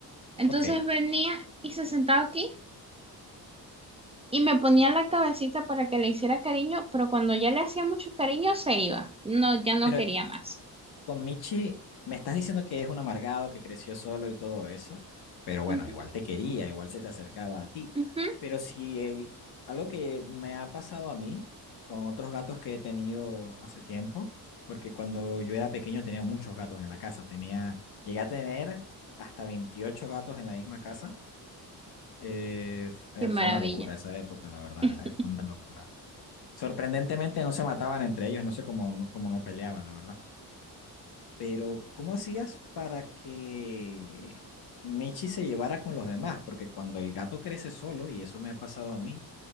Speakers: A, on the right; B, on the left.
A: Entonces
B: ok.
A: venía y se sentaba aquí y me ponía la cabecita para que le hiciera cariño, pero cuando ya le hacía mucho cariño se iba. No, ya no
B: Pero
A: quería más.
B: con Michi me estás diciendo que es un amargado, que creció solo y todo eso, pero bueno,
A: Ujú,
B: igual te quería, igual se te acercaba a ti.
A: ujú.
B: Pero si el, algo que me ha pasado a mí con otros gatos que he tenido hace tiempo, porque cuando yo era pequeño tenía muchos gatos en la casa, tenía, llegué a tener hasta 28 gatos en la misma casa. Eh, f- eh,
A: Qué maravilla.
B: fue una locura esa época, la verdad,
A: <laughs>
B: eh, fue una locura. Sorprendentemente no se mataban entre ellos, no sé cómo no, cómo no peleaban, la verdad. Pero, ¿cómo hacías para que Michi se llevara con los demás? Porque cuando el gato crece solo, y eso me ha pasado a mí,